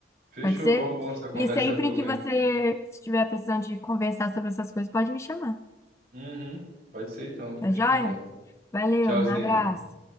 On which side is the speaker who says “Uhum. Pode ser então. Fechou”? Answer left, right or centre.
Right